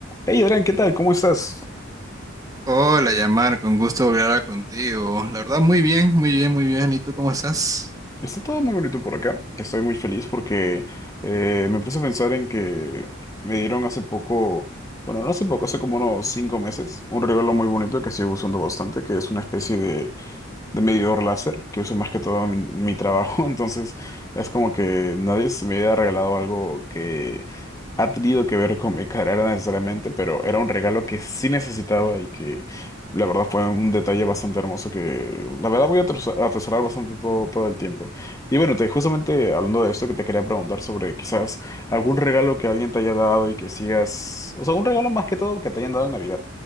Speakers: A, on the left; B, on the right.
A: Hey Adrián, ¿qué tal? ¿Cómo estás?
B: Hola, Yamar, con gusto volver a hablar contigo. La verdad, muy bien, muy bien, muy bien. ¿Y tú cómo estás?
A: Está todo muy bonito por acá. Estoy muy feliz porque eh, me puse a pensar en que me dieron hace poco, bueno, no hace poco, hace como unos cinco meses, un regalo muy bonito que sigo usando bastante, que es una especie de de medidor láser que uso más que todo en mi, en mi trabajo. <laughs> Entonces es como que nadie se me había regalado algo que ha tenido que ver con mi carrera necesariamente, pero era un regalo que sí necesitaba y que la verdad fue un detalle bastante hermoso que la verdad voy a atros- a atesorar bastante todo, todo el tiempo. Y bueno, te, justamente hablando de esto que te quería preguntar sobre quizás algún regalo que alguien te haya dado y que sigas, o sea, un regalo más que todo que te hayan dado en Navidad